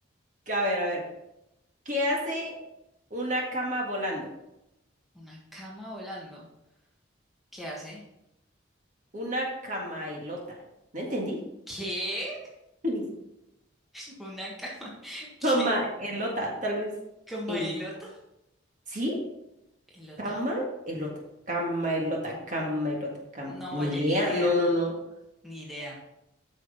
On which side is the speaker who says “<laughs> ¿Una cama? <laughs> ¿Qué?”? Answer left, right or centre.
Centre